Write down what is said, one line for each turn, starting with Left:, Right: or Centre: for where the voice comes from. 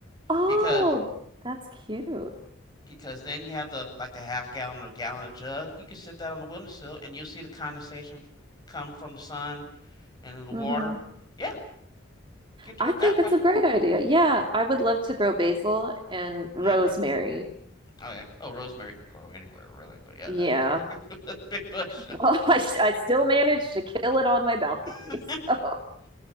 Right: Oh,
Left: Because
Right: that's cute.
Left: because then you have the like the half gallon or gallon jug. You can sit that on the windowsill and you'll see the condensation come from the sun and the
Right: hmm
Left: water. Yeah, you can do
Right: I
Left: it
Right: think
Left: that
Right: that's
Left: way.
Right: a great idea. Yeah, I would love to grow basil and rosemary.
Left: hmm Oh yeah. Oh, rosemary can grow anywhere really, but yeah,
Right: Yeah.
Left: that's a big, <laughs> big bush.
Right: Well, <laughs> I, s- I still managed to kill it on my balcony.
Left: <laughs>
Right: <laughs> So,